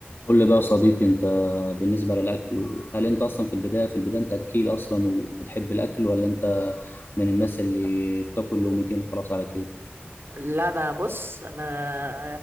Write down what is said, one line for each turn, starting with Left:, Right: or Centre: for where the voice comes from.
Left: قول لي بقى يا صديقي انت بالنسبة للأكل هل انت اصلا في البداية في البداية انت اكيل اصلا وبتحب الأكل ولا انت من الناس اللي بتاكل لقمتين وخلاص على كده
Right: لا انا بص انا